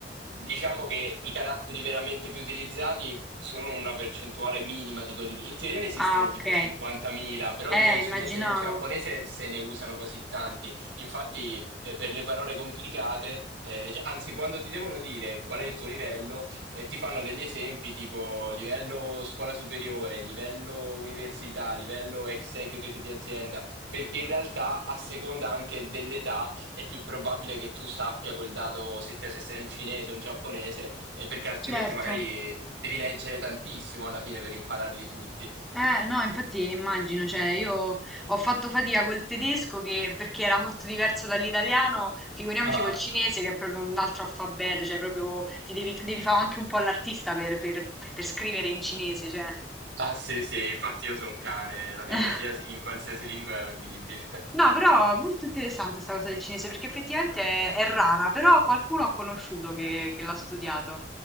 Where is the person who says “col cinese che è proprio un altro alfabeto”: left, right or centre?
Centre